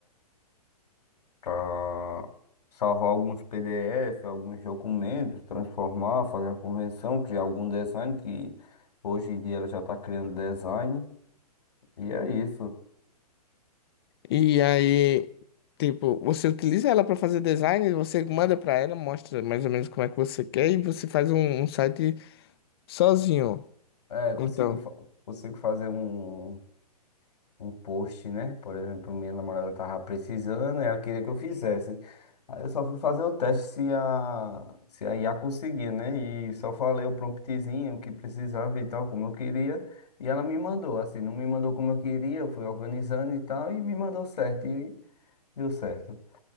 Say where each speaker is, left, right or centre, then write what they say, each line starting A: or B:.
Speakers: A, on the left; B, on the left.
A: para salvar alguns PDF, alguns documentos, transformar, fazer a convenção, criar algum design, que hoje em dia ela já está criando design. E é isso.
B: E aí, tipo, você utiliza ela para fazer design, você manda para ela, mostra mais ou menos como é que você quer e você faz um, um site sozinho.
A: É,
B: Então,
A: consigo, fa- consigo fazer um. um post, né? Por exemplo, minha namorada tava precisando, ela queria que eu fizesse. Aí eu só fui fazer o teste se a, se a IA conseguia, né? E só falei o promptzinho que precisava e tal, como eu queria. E ela me mandou, assim, não me mandou como eu queria, eu fui organizando e tal, e me mandou certo, e deu certo.